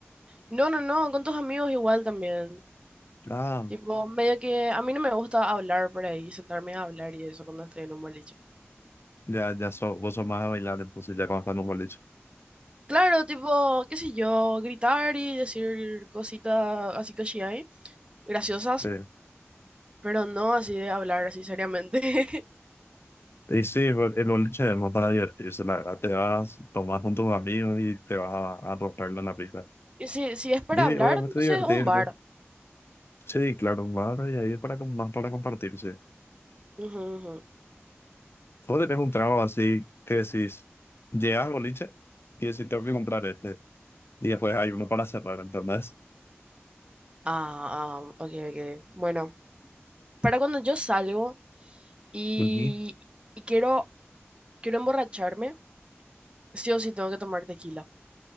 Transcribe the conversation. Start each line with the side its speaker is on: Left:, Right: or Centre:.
Right: No, no, no, con tus amigos igual también.
Left: Ah,
Right: Tipo, medio que a mí no me gusta hablar por ahí, sentarme a hablar y eso cuando estoy en un boliche.
Left: ya, ya sos, vos sos más de bailar, entonces ya cuando estás en un boliche.
Right: Claro, tipo, qué sé yo, gritar y decir cositas así que sí hay, graciosas,
Left: Sí.
Right: pero no así de hablar así seriamente. <laughs>
Left: Y sí, el el boliche es más para divertirse, la verdad. Te vas, tomás con tus amigos y te vas a, a romperla en la pista.
Right: Y si, si es para
Left: Y
Right: hablar,
Left: obviamente
Right: entonces
Left: divertirte.
Right: un bar.
Left: Sí, claro, más y ahí es para, con- más para compartirse
Right: Ujú, ujú.
Left: Vos tenés un trabajo así que decís, llegas al boliche y decís, tengo que comprar este. Y después hay uno para cerrar, ¿entendés?
Right: Ah, ah, ok, ok. Bueno, para cuando yo salgo y,
Left: Ujú.
Right: y quiero, quiero emborracharme, sí o sí tengo que tomar tequila,